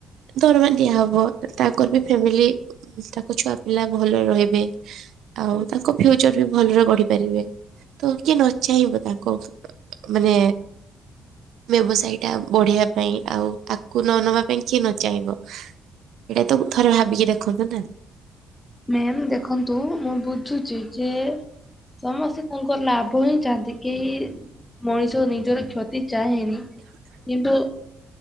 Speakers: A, on the right; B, on the left.
A: ଦରମା ଦିଆ ହବ ତାଙ୍କର ବି ଫ୍ୟାମିଲି ତାଙ୍କ ଛୁଆପିଲା ଭଲରେ ରହିବେ। ଆଉ ତାଙ୍କ ଫ୍ୟୁଚର ବି ଭଲରେ ଗଢି ପାରିବେ ତ କିଏ ନ ଚାହିଁବ ତାଙ୍କ ମାନେ ବ୍ୟବସାୟୀ ଟା ବଢିଆ ପାଇଁ ଆଉ ଆକୁ ନ ନବା ପାଇଁ କିଏ ନ ଚାହିଁବ। ଏଇଟା ତ ଥରେ ଭାବିକି ଦେଖନ୍ତୁ ନା।
B: ମ୍ୟାମ୍ ଦେଖନ୍ତୁ ମୁଁ ବୁଝୁଛି ଯେ ସମସ୍ତେ ତାଙ୍କର ଲାଭ ହିଁ ଚାହାନ୍ତି। କେହି ମଣିଷ ନିଜର କ୍ଷତି ଚାହେଁନି କିନ୍ତୁ